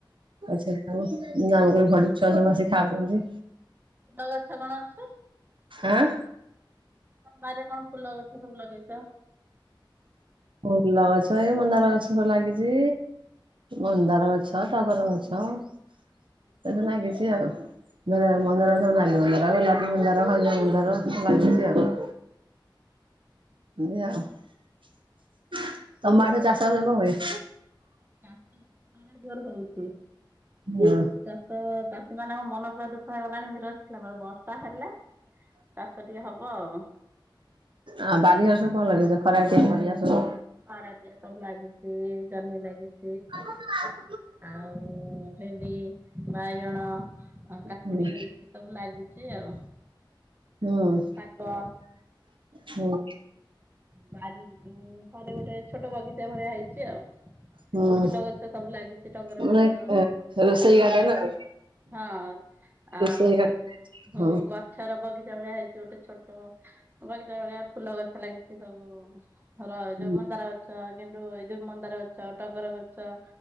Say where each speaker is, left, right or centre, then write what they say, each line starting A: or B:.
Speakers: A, on the right (about 75°); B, on the right (about 25°).
A: ଆଛ ହଉ ଭ ଛୁଆ ଛୁଆ ସବୁ ଆସି ଖାଉଛନ୍ତି।
B: ଫୁଲ ଗଛ କଣ ଅଛି?
A: ଆଁ
B: ବାରିରେ କଣ ଫୁଲ ଅଛ ସବୁ ଲଗେଇଛ?
A: ଫଲ ଗଛ ଏଇ ମନ୍ଦାର ଗଛ ସବୁ ଲାଗିଛି। ମନ୍ଦାର ଗଛ ଟଗର ଗଛ ଏଠି ଲାଗିଛି ଆଉ। ମନ୍ଦାର ନାଲି ମନ୍ଦାର, ଗୋଲାପୀ ମନ୍ଦାର, ହଳଦିଆ ମନ୍ଦାର ଲାଗିଛି ଆଉ। ଏମିତି ଆଉ ତମ ଆଡେ ଚାଷ ବାସ କଣ ହୁଏ?
B: <unintelligible> ଜୋର ହଉଛି।
A: ହୁଁ
B: ଚାଷ ଚାଷୀ ମାନଙ୍କ ମନ ପୁରା ଦୁଃଖ ହେଇଗଲାଣି <unintelligible> ତା ହେଲେ ଚାଷ ଟିକେ ହବ ଆଉ।
A: ଆ ବାରି ଘରେ ସବୁ କଣ ଲଗେଇଛ ଖରାଟିଆ ପାରିବା ସବୁ?
B: ଖରାଟିଆ ସବୁ ଲାଗିଛି ଜହ୍ନି ଲାଗିଛି।
A: <unintelligible>
B: ଆଉ ଭେଣ୍ଡି, ବାଇଗଣ ଆଉ କାକୁଡି
A: ହୁଁ
B: ଏ ସବୁ ଲାଗିଛି ଆଉ।
A: ହୁଁ
B: ଶାଗ
A: ହୁଁ
B: ବାରି ଘରେ ଗୋଟେ ଛୋଟ ବଗିଚା ଭଳିଆ ହେଇଛି ଆଉ।
A: ହୁଁ
B: ଫୁଲ ଗଛ ସବୁ ଲାଗିଛି ଟଗର
A: ମାନେ
B: ଗଛ
A: ରୋଷେଇ ଗାର୍ଡେନ
B: ମନ୍ଦା
A: ଆଉ
B: ହଁ ଆଉ
A: ରୋଷେଇ ଗାର୍ଡେନ
B: ହୁଁ
A: ହଁ।
B: ଗ ଛର ବଗିଚା ଭଳିଆ ହେଇଛି ଗୋଟେ ଛୋଟ ବଗିଚା ଭଳିଆ ଫୁଲ ଗଛ ଲାଗିଛି ସବୁ। ର
A: ହୁଁ
B: ଯୋଉ ମନ୍ଦାର ଗଛ, ଗେଣ୍ଡୁ ଏଇ ଯୋଉ ମନ୍ଦାର ଗଛ, ଟଗର ଗଛ